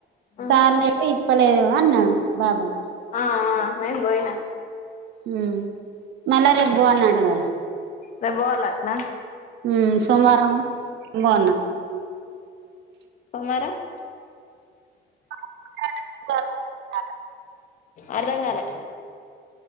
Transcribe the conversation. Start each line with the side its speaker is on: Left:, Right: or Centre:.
Left: ఆ
Right: సార్ <unintelligible> చెప్పలే కదా అన్నాను బాబాయ్
Left: ఆ ఆ నేను పోయిన
Right: మ్ మళ్ళ రెబ్బోవాలనటగద
Left: రేప్ బోవాలట్న
Right: మ్ సోమ్వారం బాన్నా <inaudible>
Left: సోమ్వారం <inaudible>
Right: <inaudible>
Left: అర్ధం కాలె